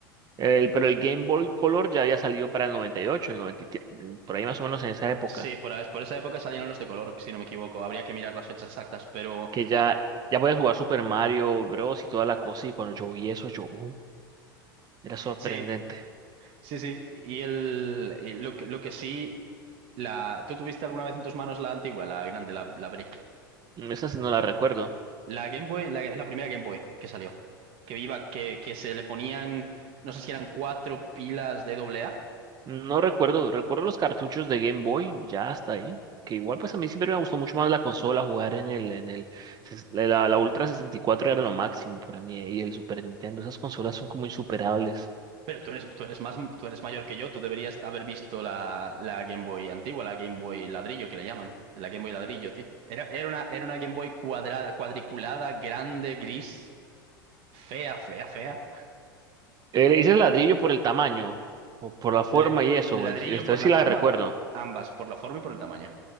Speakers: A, on the right; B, on the right.
A: El, pero el Game Boy Color ya había salido para el noventa y ocho el 97, por ahí más o menos en esa época,
B: Sí, por, es- por esa época salieron los de color, si no me equivoco. Habría que mirar las fechas exactas, pero
A: que ya, ya podías jugar Super Mario Bros. y toda la cosa, y cuando yo vi eso, yo, "Uh, era sorprendente.
B: sí, sí, sí. Y, el, y lo que, lo que sí, la, ¿tú tuviste alguna vez en tus manos la antigua, la grande, la, la Brick?
A: Mm, Esa sí no la recuerdo.
B: La Game Boy, la, la primera Game Boy que salió, que iba, que, que se le ponían, no sé si eran cuatro pilas de doble A
A: No recuerdo, recuerdo los cartuchos de Game Boy, ya hasta ahí, que igual pues a mí siempre me gustó mucho más la consola, jugar en el, en el, ses- la, la Ultra sesenta y cuatro era lo máximo para mí, y el Super Nintendo, esas consolas son como insuperables.
B: Pero tú eres, tú eres más, tú eres mayor que yo, tú deberías haber visto la, la Game Boy antigua, la Game Boy ladrillo que le llaman. La Game Boy ladrillo, tío. Era, era una, era una Game Boy cuadrada, cuadriculada, grande, gris, fea, fea, fea.
A: Eh, le dices ladrillo por el tamaño o por la forma
B: Le-
A: y eso,
B: ladrillo
A: pues, esta
B: por
A: sí
B: la
A: la
B: forma,
A: recuerdo.
B: ambas, por la forma y por el tamaño.